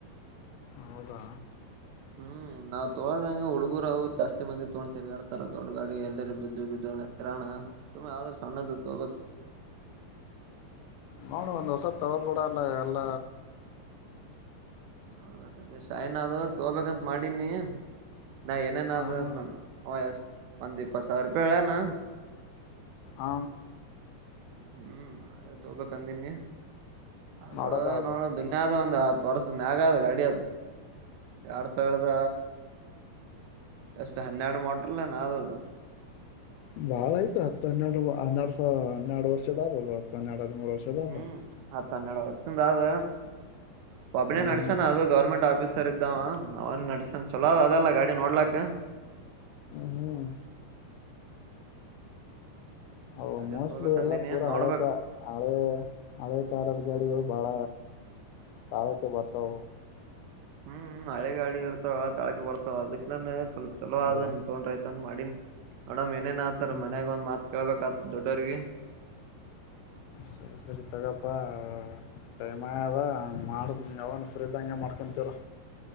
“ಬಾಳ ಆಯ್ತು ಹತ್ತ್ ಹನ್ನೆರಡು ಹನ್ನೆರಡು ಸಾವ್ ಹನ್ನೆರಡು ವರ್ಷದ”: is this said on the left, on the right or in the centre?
Left